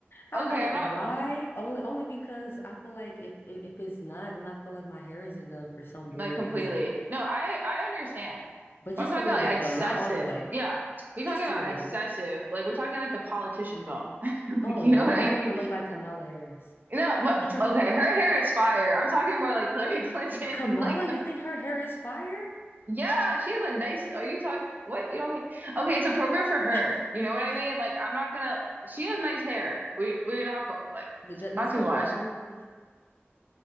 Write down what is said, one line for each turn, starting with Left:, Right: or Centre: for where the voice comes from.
Left: I,
Right: Okay,
Left: I don't-
Right: I'm not
Left: why? Only only because I feel like if, if if it's not, then I feel like my hair isn't done for some
Right: Like
Left: weird
Right: completely.
Left: reason.
Right: No, I I understand.
Left: But
Right: But
Left: just
Right: I'm talking
Left: a little
Right: about
Left: bit
Right: like excessive.
Left: though, not all the way.
Right: Yeah. You're talking
Left: Just
Right: about
Left: a little
Right: excessive.
Left: bit.
Right: Like we're talking like the politician bump. <laughs>
Left: Oh
Right: Like you
Left: no,
Right: know what I
Left: I don't
Right: mean?
Left: want to look like Kamala Harris.
Right: No, but
Left: <laughs>
Right: okay, her hair is fire. I'm talking more like Hillary Clinton.
Left: Kamala,
Right: <laughs> Like
Left: you
Right: I'm,
Left: think her hair is fire?
Right: yeah, she has a nice are you talking what? You don't think okay, it's appropriate
Left: <laughs>
Right: for her.
Left: Th-
Right: You know what I mean? Like I'm not gonna she has nice hair. We we're not go like
Left: th-
Right: not
Left: Does
Right: too
Left: her
Right: much.
Left: bob move?